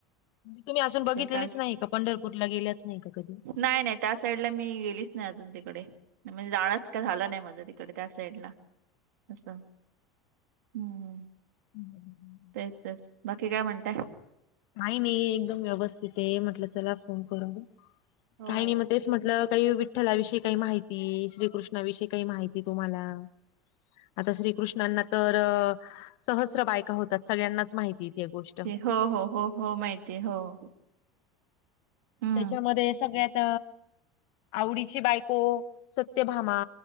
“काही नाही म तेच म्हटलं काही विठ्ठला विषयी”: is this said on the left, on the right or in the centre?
Left